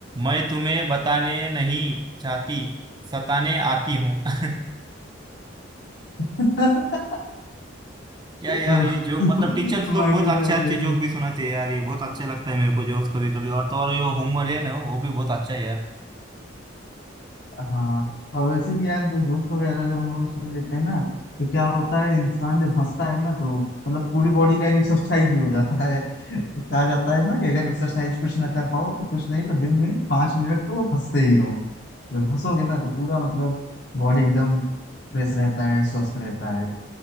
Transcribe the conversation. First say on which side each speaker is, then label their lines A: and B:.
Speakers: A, on the right; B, on the left.
A: मैं तुम्हें बताने नहीं चाहती सताने आती हूँ <laughs>
B: <laughs>
A: क्या यार
B: हाँ।
A: ये जोक
B: मैं
A: मतलब टीचर्स लोग बहुत
B: क्या कह
A: अच्छे
B: रहा
A: अच्छे जोक
B: हूँ,
A: भी सुनाते हैं यार ये बहुत अच्छे लगता है मेरे को जोक्स कभी कभी और तो और ये होमवर्क है ना वो भी बहुत अच्छा है यार
B: हाँ और वैसे भी यार जो जोक्स वगैरह जब हम लोग सुन लेते हैं ना तो क्या होता है इंसान जब हंसता है ना तो मतलब पूरी बॉडी का एक एक्सरसाइज भी हो जाता है तो कहा जाता है ना कि अगर एक्सरसाइज कुछ ना कर पाओ तो कुछ नहीं तो दिन में पाँच मिनट तो हंसते ही रहो जब हंसोगे ना तो पूरा मतलब बॉडी एकदम फ्रेश रहता है स्वस्थ रहता है